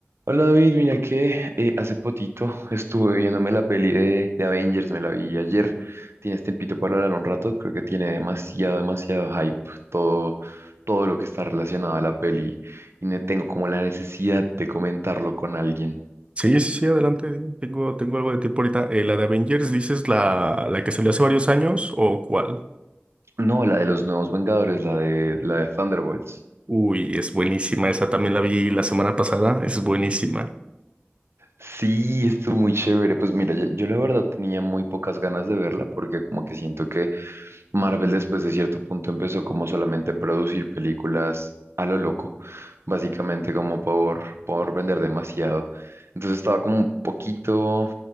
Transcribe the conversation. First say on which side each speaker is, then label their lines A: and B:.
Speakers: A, on the right; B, on the right.
A: Hola David, mira que eh, hace potito estuve viéndome la peli de, de Avengers, me la vi ayer. ¿Tienes tiempito para hablar un rato? Creo que tiene demasiado, demasiado hype todo, todo lo que está relacionado a la peli y ne- tengo como la necesidad de comentarlo con alguien.
B: Sí, sí, sí, adelante. dime. Tengo, tengo algo de tiempo ahorita. Eh, la de Avengers, ¿dices la, la que salió hace varios años o cuál?
A: No, la de los nuevos Vengadores, la de, la de Thunderbolts.
B: Uy, es buenísima. Esa también la vi la semana pasada. Es buenísima.
A: Sí, estuvo muy chévere. Pues mira, yo, yo la verdad tenía muy pocas ganas de verla porque como que siento que Marvel después de cierto punto empezó como solamente a producir películas a lo loco, básicamente como por, por vender demasiado. Entonces estaba como un poquito